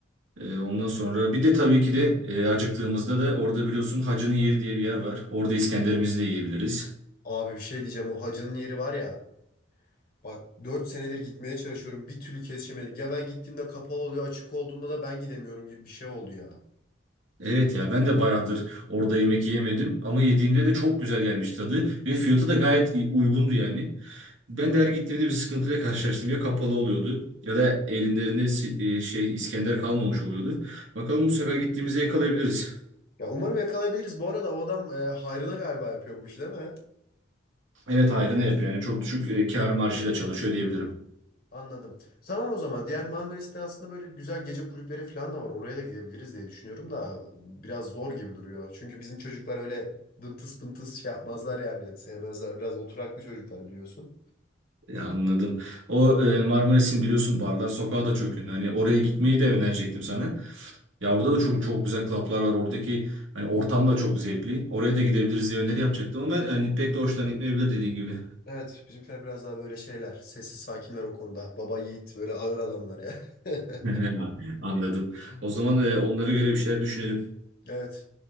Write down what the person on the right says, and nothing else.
E, Ondan sonra bir de tabii ki de e, acıktığımızda da orada biliyorsun Hacı'nın yeri diye bir yer var. Orada İskender'imizi de yiyebiliriz.
Evet ya ben de bayağıdır orada yemek yemedim ama yediğimde de çok güzel gelmiş tadı ve fiyatı da gayet i- uygundu yani. Ben de her gittiğimde bir sıkıntıyla karşılaştım. Ya kapalı oluyordu ya da elinde si- e, şey İskender kalmamış oluyordu. Bakalım bu sefer gittiğimizde yakalayabiliriz.
Evet hayrına yapıyor yani çok düşük e, kâr marjıyla çalışıyor diyebilirim.
Ya anladım. O e, Marmaris'in biliyorsun barlar sokağı da çok ünlü. Hani oraya gitmeyi de önerecektim sana. Ya orada da çok çok güzel klaplar var. Oradaki hani ortam da çok zevkli. Oraya da gidebiliriz diye öneri yapacaktım ama hani pek de hoşlan gitmeyebilir dediğin gibi.
<laughs> Anladım. O zaman e, onlara göre bir şeyler düşünelim.